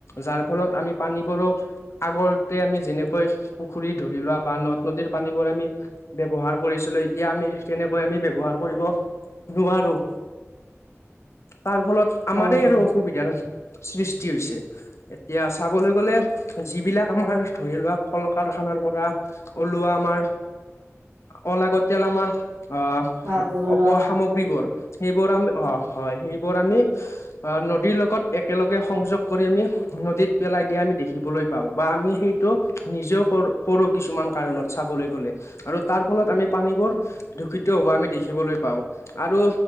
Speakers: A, on the left; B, on the right.
A: যাৰ ফলত আমি পানীবোৰো আগৰ আমি যেনেকৈ পুখুৰী ধৰি লোৱা বা নদ নদীৰ পানীবোৰ আমি ব্যৱহাৰ কৰিছিলো এতিয়া আমি তেনেকৈ আমি ব্যৱহাৰ কৰিব নোৱাৰো। তাৰ ফলত
B: হয়
A: আমাৰে
B: হয়
A: আৰু অসুবিধাৰ সৃষ্টি হৈছে এতিয়া চাবলৈ গলে যিবিলাক আমাৰ ধৰি লোৱা কল কাৰখানাৰ পৰা ওলোৱা আমাৰ অ অলাগতিয়াল। আমাৰ অ
B: খোৱা বোৱা
A: অপ সামগ্ৰীবোৰ সেইবোৰ আমি অ হয় সেইবোৰ আমি নদীৰ লগত একেলগে সংযোগ কৰি আমি নদীত পেলাই দিয়া আমি দেখিবলৈ পাওঁ। বা আমি সেইটো নিজেও কৰো কৰো কিছুমান কাৰণত চাবলৈ গ'লে আৰু তাৰ ফলত আমি পানী দূষিত হোৱা আমি দেখিবলৈ পাওঁ আৰু